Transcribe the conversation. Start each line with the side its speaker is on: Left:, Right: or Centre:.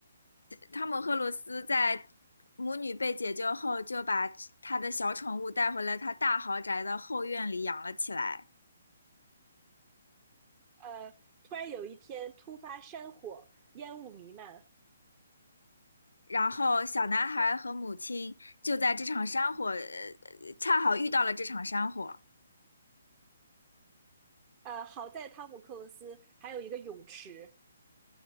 Left: 汤姆·赫鲁斯在母女被解救后，就把他的小宠物带回了他大豪宅的后院里养了起来。
Right: 呃，突然有一天突发山火，烟雾弥漫。
Left: 然后小男孩和母亲就在这场山火，呃，恰好遇到了这场山火，
Right: 呃，好在汤姆克鲁斯还有一个泳池，